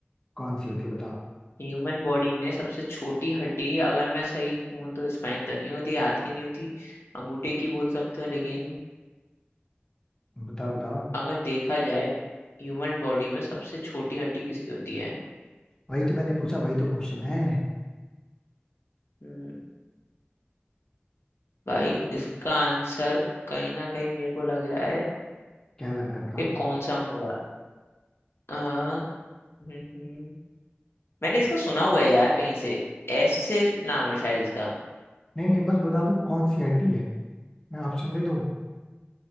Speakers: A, on the left (about 15°); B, on the left (about 85°).
A: कौन सी होती है बताओ
B: ह्यूमन बॉडी में सबसे छोटी हड्डी अगर मैं सही हूं तो स्पाइन तो नहीं होती हाथ की नहीं होती अंगूठे की बोल सकते हो लेकिन
A: बताओ बताओ
B: अगर देखा जाए तो ह्यूमन बॉडी में सबसे छोटी हड्डी किसकी होती है
A: वही तो मैंने पूछा वही तो क्वेश्चन है
B: हम्म, भाई इसका आंसर कहीं ना कहीं मेरे को लग रहा है
A: क्या लग रहा है बताओ
B: ये कौन सा हुआ आ, हम्म हम्म, मैंने इसका सुना हुआ है यार कहीं से एस से नाम है शायद इसका
A: नहीं नहीं बस बता दो कौन सी हड्डी है मैं ऑप्शन दे दूं